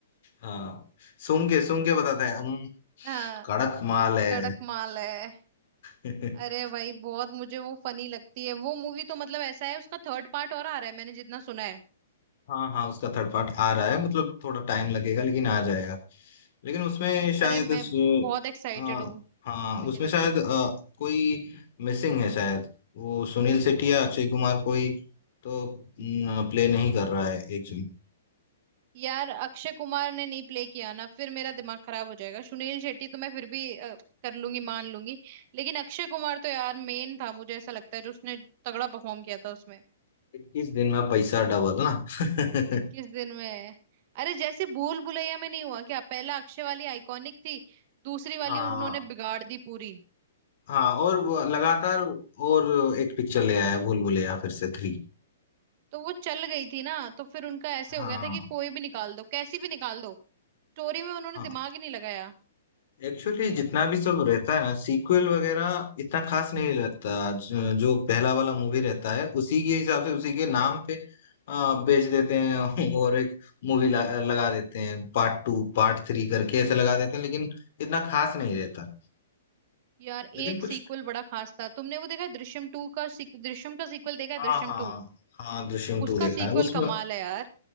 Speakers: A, on the left (about 60°); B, on the right (about 45°).
A: हाँ सुन के सुन के बताते हैं हम
B: हाँ
A: कड़क माल है
B: कड़क माल है
A: <laughs>
B: अरे भाई बहुत मुझे वो फनी लगती है वो मूवी तो मतलब ऐसा है उसका थर्ड पार्ट और आ रहा है मैंने जितना सुना है
A: हाँ हाँ उसका थर्ड पार्ट आ रहा है मतलब थोड़ा टाइम लगेगा लेकिन आ जाएगा लेकिन उसमें शायद
B: अरे मैं
A: स-
B: बहुत एक्साइटेड
A: हाँ
B: हूँ
A: हाँ
B: उस मूवी
A: उसमें
B: के लिए
A: शायद
B: तो
A: अ, कोई मिसिंग है शायद वो सुनील शेट्टी या अक्षय कुमार कोई तो प्ले नहीं कर रहा है एक जन
B: यार अक्षय कुमार ने नहीं प्ले किया ना फिर मेरा दिमाग खराब हो जाएगा सुनील शेट्टी तो मैं फिर भी अ, कर लूंगी मान लूंगी लेकिन अक्षय कुमार तो यार मेन था मुझे ऐसा लगता है जो उसने तगड़ा परफॉर्म किया था उसमें
A: इक्कीस दिन में पैसा डबल ना <laughs>
B: इक्कीस दिन में अरे जैसे भूल भुलैया में नहीं हुआ क्या पहला अक्षय वाली आइकॉनिक थी दूसरी वाली
A: हाँ
B: उन्होंने बिगाड़ दी पूरी
A: हाँ और वो लगातार और एक पिक्चर ले आया भूल भुलैया फिर से थ्री
B: तो वो चल गई थी ना तो फिर उनका ऐसे
A: हाँ
B: हो गया था कि कोई भी निकाल दो कैसी भी निकाल दो स्टोरी में उन्होंने
A: हाँ
B: दिमाग ही नहीं लगाया
A: एक्चुअली जितना भी सब रहता है ना सीक्वल वगैरह इतना खास नहीं लगता ज- जो पहला वाला मूवी रहता है उसी के हिसाब से उसी के नाम पे आ, बेच देते हैं <laughs> और एक मूवी लगा देते हैं पार्ट टू पार्ट थ्री करके ऐसे लगा देते हैं लेकिन इतना खास नहीं रहता
B: यार
A: लेकिन
B: एक
A: कुछ
B: सीक्वल बड़ा खास था तुमने वो देखा है दृश्यम टू का sequ- दृश्यम का सीक्वल देखा है
A: हाँ
B: दृश्यम
A: हाँ
B: टू
A: हाँ दृश्यम टू
B: उसका
A: देखा
B: सीक्वल
A: है उसमें
B: कमाल है यार